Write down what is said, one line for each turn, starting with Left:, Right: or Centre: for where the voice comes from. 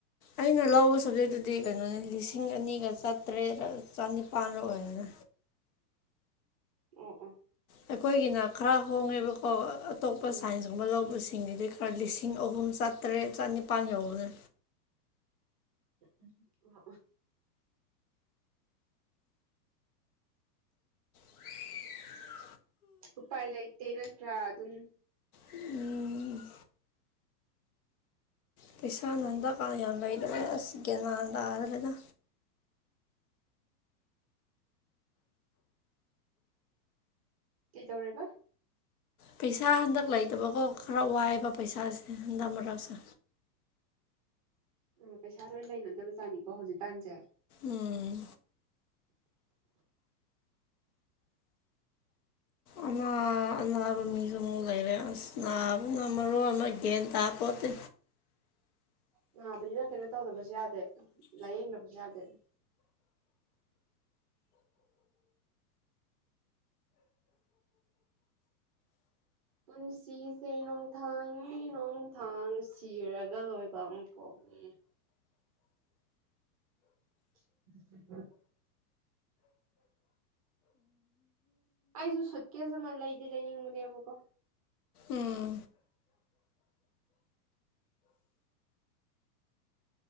Left: ꯑꯩꯅ ꯂꯧꯕ ꯁꯕꯖꯦꯛꯇꯨꯗꯤ ꯀꯩꯅꯣꯅꯤ ꯂꯤꯁꯤꯡ ꯑꯅꯤꯒ ꯆꯥꯇ꯭ꯔꯦꯠ ꯆꯅꯤꯄꯥꯟꯗ ꯑꯣꯏꯔꯅꯦ
Right: ꯎꯝ ꯎꯝ
Left: ꯑꯩꯈꯣꯏꯒꯤꯅ ꯈꯔ ꯍꯣꯡꯉꯦꯕꯀꯣ ꯑꯇꯣꯞꯄ
Right: ꯎꯝ
Left: ꯁꯥꯏꯟꯁ ꯋꯂꯧꯕꯁꯤꯡꯒꯤꯗꯤ ꯈꯔ ꯂꯤꯁꯤꯡ ꯑꯍꯨꯝ ꯆꯥꯇꯔꯦꯠ ꯆꯅꯤꯄꯥꯜ ꯌꯧꯕꯅꯤ
Right: ꯎꯝ
Left: <unintelligible>
Right: ꯎꯄꯥꯏ ꯂꯩꯥꯇꯦ ꯅꯠꯇ꯭ꯔꯥ ꯑꯗꯨꯝ
Left: ꯎꯝ ꯄꯩꯁꯥ ꯅꯥꯟꯗ ꯀꯥꯟ ꯌꯥꯝ ꯂꯩꯗꯕꯅ ꯑꯁ ꯒꯟ ꯃꯟ ꯇꯥꯗ꯭ꯔꯦꯗ
Right: ꯀꯩ ꯇꯧꯔꯦꯕ
Left: ꯄꯩꯁꯥ ꯍꯟꯗꯛ ꯂꯩꯇꯕꯀꯣ ꯈꯔ ꯋꯥꯏꯑꯦꯕ ꯄꯩꯁꯥꯁꯦ ꯍꯟꯗꯛ ꯃꯔꯛꯁꯦ
Right: ꯎꯝ ꯄꯩꯁꯥ ꯂꯣꯏꯅ ꯂꯩꯅꯗꯕ ꯖꯥꯠꯅꯤꯀꯣ ꯍꯧꯖꯤꯛꯀꯥꯟꯁꯦ
Left: ꯎꯝ ꯑꯅꯥ ꯑꯅꯥꯕ ꯃꯤꯁꯨ ꯑꯃꯨꯛ ꯂꯩꯔꯦ ꯑꯁ ꯅꯥꯕꯅ ꯃꯔꯣꯟꯑꯃ ꯒꯟ ꯇꯥꯄꯣꯠꯇꯦ
Right: ꯅꯥꯕꯅꯤꯅ ꯀꯩꯅꯣ ꯇꯧꯗꯕꯁꯨ ꯌꯥꯗꯦ ꯂꯥꯏꯌꯦꯡꯗꯕꯁꯨ ꯌꯥꯗꯦ ꯄꯨꯟꯁꯤꯁꯦ ꯅꯣꯡꯊꯥꯡꯅꯤ ꯅ ꯣꯡꯊꯥꯡ ꯁꯤꯔꯒ ꯂꯣꯏꯕ ꯑꯃ ꯄꯣꯛ ꯅꯤ <unintelligible> ꯑꯩꯁꯨ ꯁꯨꯠ ꯀꯦꯁ ꯃꯂ ꯂꯩꯗꯂ ꯅꯤꯡꯪ ꯃꯅꯦꯕꯒꯣ
Left: ꯎꯝ